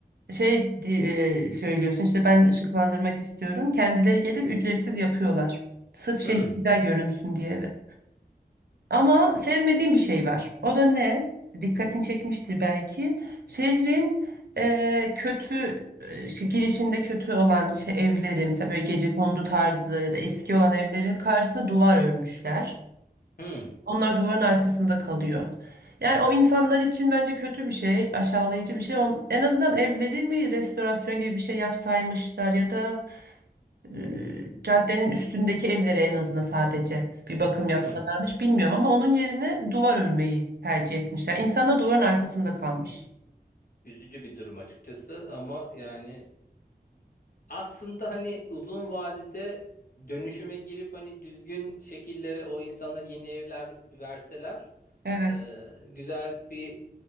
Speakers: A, on the right; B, on the left.
A: şey di- e, söylüyorsun işte ben ışıklandırmak istiyorum. Kendileri gelip ücretsiz yapıyorlar. Sırf şehir
B: Hmm,
A: güzel görünsün diye. evet. Ama sevmediğim bir şey var. O da ne? Dikkatini çekmiştir belki. Şehrin e, kötü e, şey- girişinde kötü olan şey, evleri mesela böyle gecekondu tarzı ya da eski olan evlerin karşısına duvar örmüşler.
B: hmm,
A: Onlar duvarın arkasında kalıyor. Yani o insanlar için bence kötü bir şey, aşağılayıcı bir şey. On- En azından evleri mi restorasyon gibi bir şey yapsaymışlar ya da e, caddenin üstündeki evlere en azından sadece bir bakım yapsalarmış
B: hmm.
A: bilmiyorum ama onun yerine duvar örmeyi tercih etmişler. İnsanlar duvarın arkasında kalmış.
B: Üzücü bir durum açıkçası ama yani aslında hani uzun vadede dönüşüme girip hani düzgün şekillere o insanlara yeni evler verseler
A: Evet.
B: e, güzel bir